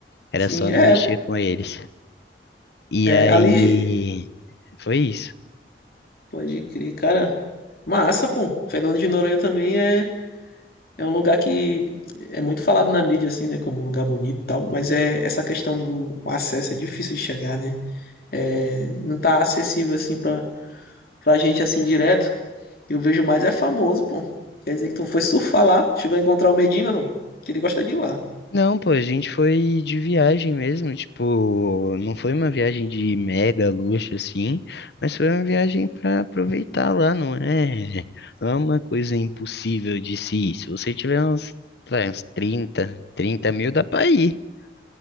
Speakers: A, on the left; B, on the left.
A: Era
B: Sim,
A: só
B: é,
A: não mexer com eles. E
B: é.
A: aí,
B: Ali,
A: foi isso.
B: pode crer, cara. Massa, pô. Fernando de Noronha também é. É um lugar que é muito falado na mídia, assim, né? Como um lugar bonito e tal, mas é essa questão do acesso é difícil de chegar, né? É, não tá acessível, assim, pra, pra gente, assim, direto. Eu vejo mais é famoso, pô. Quer dizer que tu foi surfar lá, chegou a encontrar o Medina, não? Que ele gosta de ir lá.
A: Não, pô, a gente foi de viagem mesmo, tipo, não foi uma viagem de mega luxo assim, mas foi uma viagem pra aproveitar lá, não é? Não é uma coisa impossível de se ir. Se você tiver uns, vai, uns trinta trinta mil dá pra ir.